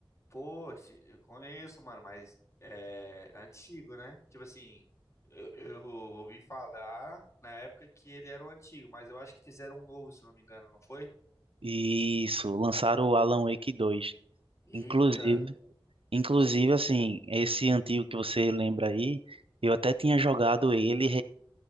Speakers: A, on the left (about 30°); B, on the right (about 80°).
A: Pô, esse- eu conheço, mano, mas é antigo, né? Tipo assim, eu, eu ouvi falar na época que ele era o antigo, mas eu acho que fizeram um novo, se não me engano, não foi?
B: Isso, lançaram o Alan Wake dois. Inclusive,
A: Eita.
B: inclusive assim, esse antigo que você lembra aí, eu até tinha jogado ele